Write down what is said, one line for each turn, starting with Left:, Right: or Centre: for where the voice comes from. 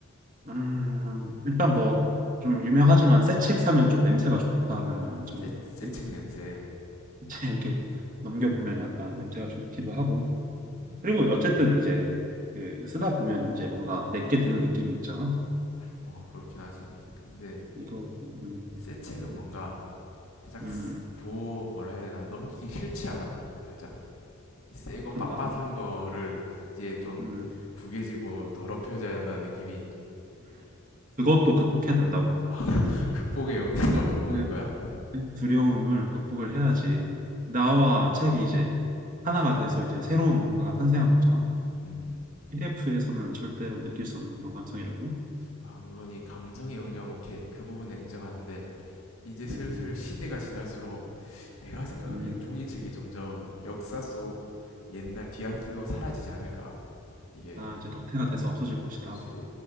Right: 음, 일단 뭐 좀 유명하지만 새 책 사면 좀 냄새가 좋다는
Left: 아, 새,
Right: 점이
Left: 새책
Right: 있지.
Left: 냄새.
Right: <laughs> 이렇게 넘겨보면 약간 냄새가 좋기도 하고
Left: 음,
Right: 그리고 어쨌든 이제 그 쓰다 보면 이제 뭔가 내게 되는 느낌이 있잖아
Left: 어, 그렇긴 하지. 근데
Right: 이거 음,
Left: 새 책은 뭔가 살짝
Right: 음 음,
Left: 보 뭐라 해야 되나 넘기기 싫지 않아? 살짝 이 새거
Right: 그런가
Left: 빳빳한 거를 이제 좀
Right: 음
Left: 구겨지고 더럽혀져야 한다는 느낌이
Right: 그것도 극복해야 된다고
Left: 아 <laughs> 극복의 영역도 극복인
Right: 네,
Left: 거야?
Right: 이 두려움을 극복을 해야지 나와 책이 이제 하나가 돼서 이제 새로운 뭔가가 탄생한 거잖아
Left: 음.
Right: PDF에서는 절대로 느낄 수 없는 그런 감성이라고
Left: 아 물론 이 감성의 영역 오케이 그 부분에 인정하는데 이제
Right: 음,
Left: 슬슬 시대가 지날수록 내가 생각하기엔
Right: 음.
Left: 종이책이 점점 역사 속 옛날 뒤안길로 사라지지 않을까 이게
Right: 아 이제 도태가 돼서 없어질 것이다
Left: 그렇지